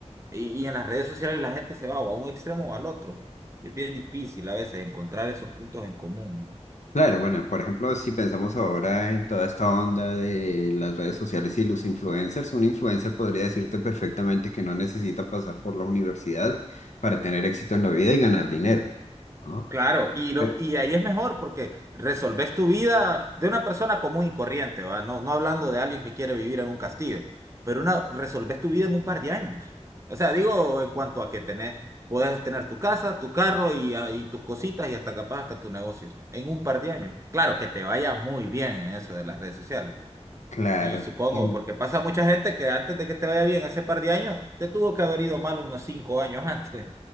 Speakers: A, on the right; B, on the left.
A: Y, y en las redes sociales la gente se va o a un extremo o al otro. Es bien difícil a veces encontrar esos puntos en común, ¿no?
B: Claro, bueno, por ejemplo, si pensamos ahora en toda esta onda de las redes sociales y los influencers, un influencer podría decirte perfectamente que no necesita pasar por la universidad para tener éxito en la vida y ganar dinero, ¿no?
A: Claro, y, lo,
B: Pero,
A: y ahí es mejor porque resolves tu vida de una persona común y corriente, ¿va? No, no hablando de alguien que quiere vivir en un castillo, pero una, resolves tu vida en un par de años. O sea, digo en cuanto a que tenés, puedes tener tu casa, tu carro y, ah, y tus cositas y hasta capaz hasta tu negocio en un par de años. Claro, que te vaya muy bien en eso de las redes sociales.
B: claro.
A: Y supongo,
B: sí.
A: porque pasa mucha gente que antes de que te vaya bien ese par de años, te tuvo que haber ido mal unos cinco años antes.